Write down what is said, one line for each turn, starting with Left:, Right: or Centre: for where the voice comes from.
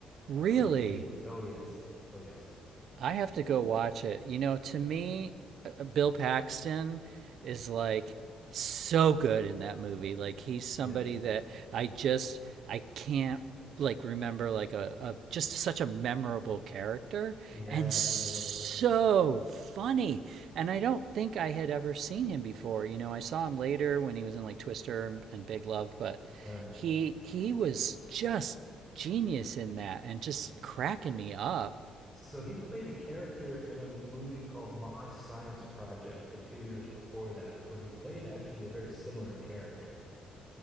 Right: Really?
Centre: uh, repeated. Oh, yes. Oh, yes.
Right: I have to go watch it. You know, to me, uh, uh, Bill Paxton is like so good in that movie. Like he's somebody
Centre: Yes.
Right: that I just I can't like remember like a, a just such a memorable character
Centre: Yeah,
Right: and so
Centre: he nailed it.
Right: funny. And I don't think I had ever seen him before. You know, I saw him later when he was in like Twister and Big Love, but
Centre: All right.
Right: he he was just genius in that and just cracking me up.
Centre: So he played a character in a movie called My Science Project a few years before that, where he played actually a very similar character.